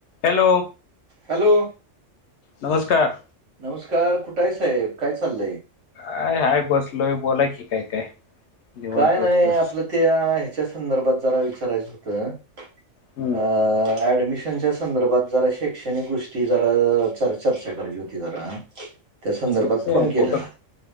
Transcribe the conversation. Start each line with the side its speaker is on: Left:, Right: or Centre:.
Left: Hello.
Right: Hello.
Left: नमस्कार.
Right: नमस्कार कुठं आहे साहेब काय चाललय.
Left: आहे आहेय बसलोय बोला की काय काय. निवांत
Right: काय
Left: बसलोय
Right: नाही आपलं त्या ह्याच्या संदर्भात जरा विचारायचं होतं.
Left: हम्म
Right: अ ॲडमिशन. त्याच्या संदर्भात जरा शैक्षणिक गोष्टी जरा चर्चा करायची होती जरा त्या संदर्भात
Left: सक्से
Right: फोन
Left: आहे
Right: केलेला
Left: कुठं